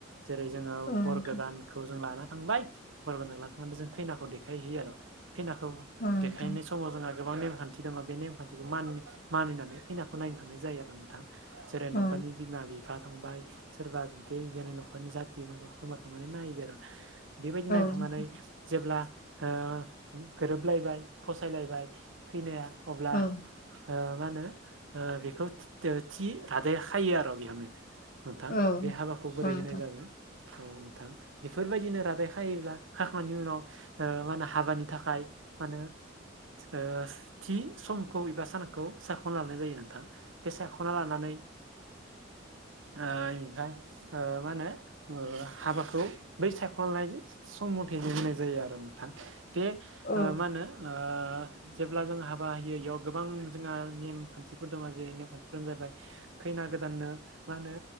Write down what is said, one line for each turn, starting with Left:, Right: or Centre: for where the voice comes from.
Right: जेरै जोङो
Left: औ
Right: बर
Left: नोंथां
Right: खौ जों लाना थांबाय बर गोनखौ लाना थांना जों खैनाखौ देखायहैयो आरो खैनाखौ
Left: औ नोंथां
Right: देखायनो समाव जोंहा गोबां नेमखान्थि दङ बे नेमखान्थिखौ मानि मानिनानै खैनाखौ नायनो थांनाय जायो आरो नोंथां जेरै न'खरनि
Left: औ नोंथां औ
Right: बिमा बिफा थांबाय सोरबा बिबथै बेनि न'खरनि जाथि खुरमा थारमाने नायैबाय आरो बेबायदि नायनो
Left: नोंथां
Right: थांनानै जेब्ला ओ गोरोबलायबाय फसायलायबाय खैनाया अब्ला
Left: औ
Right: ओ मा होनो ओ बेखौ थि थि रादाय खायो आरो बेयावनो नोंथां
Left: औ
Right: बे हाबाखौ बोरै
Left: औ नोंथां
Right: होनाय जागोन औ थां बेफोरबायदिनो रादाय खायोब्ला खाखांनायनि उनाव ओ मा होनो हाबानि थाखाय मा होनो ओ थि समखौ एबा सानखौ साख'नो लानाय जायो नोंथां बेसायख'ना लानानै ओ इनिफ्राय ओ मा होनो हाबाखौ बै सायख'नाय सम मथेनो होनाय जायो आरो नोंथां बे
Left: औ
Right: ओ मा होनो ओ जेब्ला जों हाबा होयो इयाव गोबां जोंहा नेम खान्थिफोर दङ जेरै नेम खान्थिफोरानो जाहैबाय खैना गोदाननो मा होनो